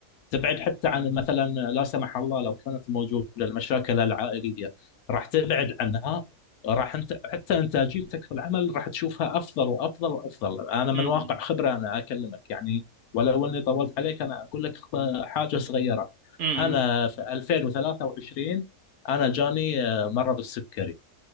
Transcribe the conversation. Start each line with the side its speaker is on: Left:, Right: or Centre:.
Left: تبعد حتى عن مثلا لا سمح الله لو كانت موجوده المشاكل العائليه راح تبعد عنها راح انت حتى انتاجيتك في العمل راح تشوفها افضل وافضل وافضل انا من
Right: م-
Left: واقع خبره انا اكلمك يعني ولو اني طولت عليك انا اقول لك حاجه صغيره
Right: م- م-
Left: انا
Right: م.
Left: في 2023 انا جاني مرض السكري